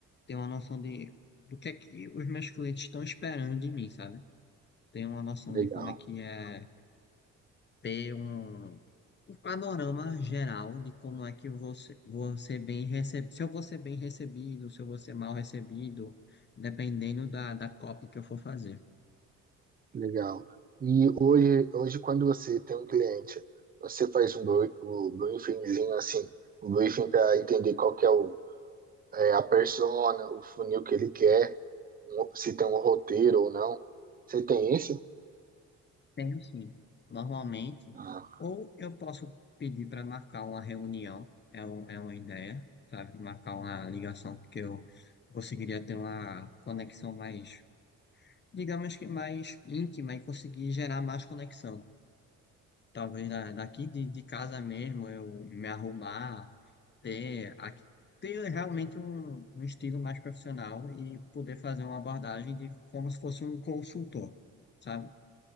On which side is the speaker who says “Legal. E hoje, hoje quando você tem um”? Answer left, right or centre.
Right